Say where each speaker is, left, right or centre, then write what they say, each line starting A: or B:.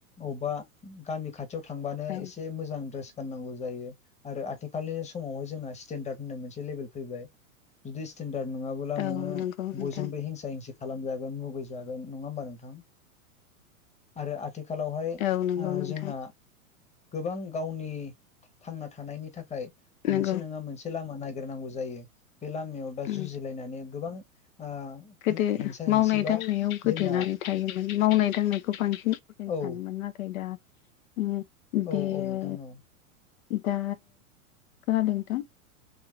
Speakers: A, on the left; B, on the left.
A: अबेबा गामि खाथियाव थांबानो
B: औ
A: एसे मो मोजां ड्रेस गाननांगौ जायो आरो आथिखालनि समावहाय जोंना स्टेेनडार्द होननाय मोनसे लेभेल फैबाय बिदि स्टेनडार्ड नङाब्ला
B: औ
A: नोङो
B: औ नंगौ नोंथां
A: बयजोंबो हिंसा हिंसि खालाम जागोन मुगै जागोन नङा होमबा नोंथां आरो आ आथि खालावहाय
B: औ नंगौ नोंथां
A: जोंना ओ गोबां गावनि थांना थानायनि थाखाय
B: नंगौ
A: मोनसे नङा मोनसे लामा ननायागिरनांगौ जायो। बे लामायाव बा
B: उम
A: जुजिलायनानै गोबां ओ
B: गोदो
A: हेंसा हेंसि
B: मावनाय
A: बा
B: दांनायाव गोदोनानै
A: जोंना
B: थायोमोन मावनाय दांनायखौ बांसिन अजेन
A: औ
B: सानोमोन आरो ओमफायदा ओं
A: औ
B: बेयो
A: औ नोंथां औ
B: दा खोनादों नोंथां?